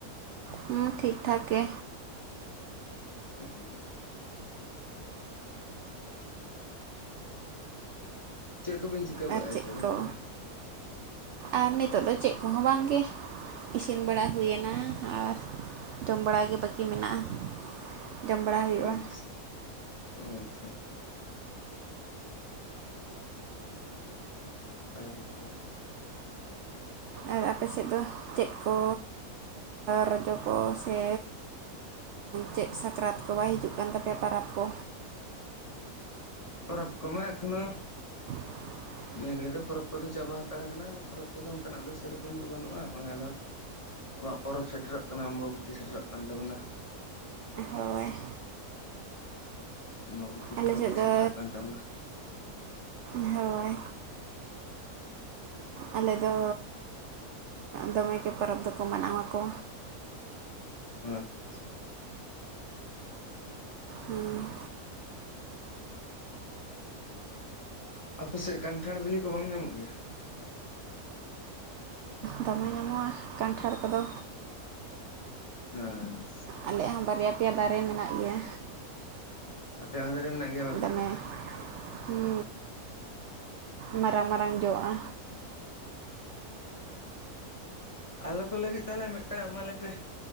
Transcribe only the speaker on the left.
ᱚ ᱪᱮᱫ ᱠᱚᱵᱤᱱ ᱪᱤᱠᱟᱹ ᱵᱟᱲᱟᱭᱮᱜ
ᱛᱮᱫᱚ
ᱛᱚᱵᱮ
ᱟᱪᱪᱷᱟ ᱟᱪᱪᱷᱟ ᱟᱪᱪᱷᱟ ᱱᱟᱯᱟᱭ ᱜᱮ ᱛᱟᱦᱞᱮ
ᱯᱚᱨᱚᱵᱽ ᱠᱚᱢᱟ ᱮᱠᱷᱚᱱᱳ
ᱱᱤᱭᱟᱹ ᱜᱷᱟᱹᱲᱤᱡ ᱫᱚ ᱯᱚᱨᱚᱵᱽ ᱠᱚᱫᱚ ᱪᱟᱵᱟ ᱦᱟᱛᱟᱲ ᱠᱟᱱᱟ ᱯᱚᱨᱚᱵᱽ ᱠᱚᱫᱚ ᱚᱱᱠᱟᱱᱟᱜ ᱫᱚ ᱥᱮᱨᱚᱠᱚᱢ ᱫᱚ ᱵᱟᱹᱱᱩᱜᱼᱟ ᱱᱚᱜᱚᱭ ᱟᱫᱚ᱾ ᱟᱵᱚᱣᱟᱜ ᱯᱚᱨᱚᱵᱽ ᱥᱮᱴᱮᱨᱚᱜ ᱠᱟᱱᱟ ᱚᱢᱵᱟᱵᱚᱛᱤ ᱥᱮᱴᱮᱨᱚᱜ ᱠᱟᱱ ᱛᱟᱵᱳᱱᱟ
ᱟᱢᱵᱟᱵᱚᱛᱤ
ᱯᱚᱨᱚᱵᱽ
ᱜᱮ
ᱥᱮᱴᱮᱨᱚᱜ ᱠᱟᱱ ᱛᱟᱵᱚᱱᱟ
ᱟᱪᱪᱷᱟ
ᱟᱯᱮᱥᱮᱫ ᱠᱟᱱᱴᱷᱟᱲ ᱵᱤᱞᱤ ᱠᱚ ᱵᱟᱝ ᱧᱟᱢᱚᱜ ᱜᱮᱭᱟ?
ᱦᱮᱸ
<unintelligible> ᱵᱟᱝ
ᱯᱮᱭᱟ
ᱟᱞᱮ ᱠᱚ ᱞᱟᱹᱜᱤᱫ ᱛᱟᱦᱚᱞᱮ ᱢᱤᱫᱴᱟᱝ ᱮᱢᱟᱞᱮ ᱯᱮ